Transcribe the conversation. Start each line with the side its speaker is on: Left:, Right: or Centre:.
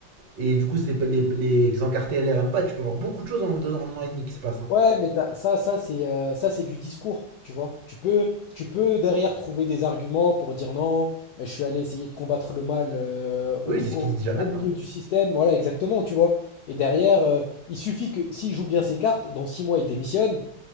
Right: Et du coup, c'est les, les encartés LR aiment pas. Tu peux avoir beaucoup de choses en deux ans, en an et demi qui se passent. hein.
Left: Ouais, mais t'as- ça, ça c'est euh, ça c'est du discours, tu vois. Tu peux, tu peux derrière trouver des arguments pour dire non, mais je suis allé essayer de combattre le mal euh,
Right: Oui,
Left: au,
Right: c'est ce
Left: au-
Right: qu'ils disent déjà maintenant.
Left: au milieu du système, voilà, exactement, tu vois. Et derrière, euh, il suffit que s'il joue bien ses cartes, dans six mois, il démissionne